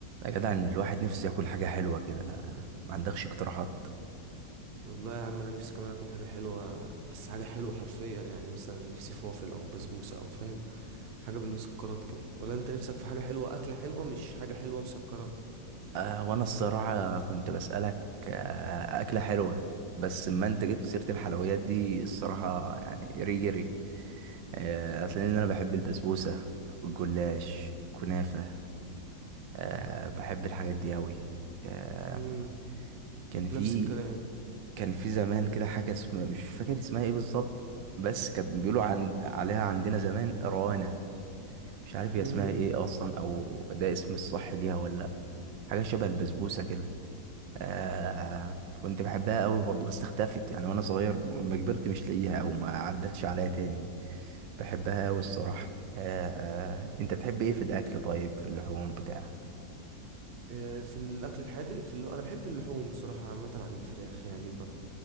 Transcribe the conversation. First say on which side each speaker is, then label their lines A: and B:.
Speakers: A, on the right; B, on the right.
A: يا جدع الواحد نفسه ياكل حاجة حلوة كده ما عندكش اقتراحات
B: والله يا عم انا نفسي كمان اكل حاجه حلوه بس حاجه حلوه حرفيا يعني مثلا نفسي فوافل او بسبوسه او فاهم حاجه بالمسكرات كده ولا انت نفسك في حاجه حلوه اكله حلوه مش حاجه حلوه مسكره
A: آه وانا الصراحة كنت بسألك آه أكلة حلوة بس ما انت جبت سيرة الحلويات دي الصراحة يعني ريجري ري آه أصل انا بحب البسبوسة الجلاش كنافة آه بحب الحاجات دي أوي آه
B: امم
A: كان في
B: نفس الكلام
A: كان في زمان كده حاجة اسمها مش فاكر اسمها ايه بالظبط بس كانت بيقولوا عن عليها عندنا زمان روانة مش عارف هي
B: امم
A: اسمها ايه اصلا او ده اسم الصح ليها ولا حاجة شبه البسبوسة كده آه كنت بحبها قوي برضو بس اختفت يعني وانا صغير ما كبرت مش لاقيها او ما عدتش عليها تاني بحبها قوي الصراحة آه آه انت بتحب ايه في الاكل طيب في اللحوم بتاع
B: آه، في الاكل الحادق في اللو... انا بحب اللحوم بصراحه عامه عن الفراخ يعني ب...